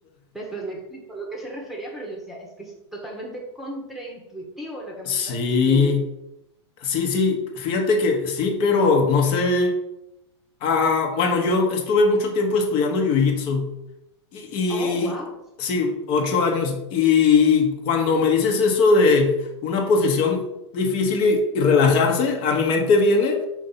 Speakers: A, in the centre; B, on the left.
A: Después me explicó lo que se refería, pero yo decía, es que es totalmente contraintuitivo lo que
B: Sí,
A: me estás <laughs> diciendo.
B: sí, sí, fíjate que sí, pero no sé. Ah, bueno, yo estuve mucho tiempo estudiando jiu-jitsu y,
A: Oh, wow.
B: y sí, ocho años. Y cuando me dices eso de una posición difícil y, y relajarse, a mi mente viene.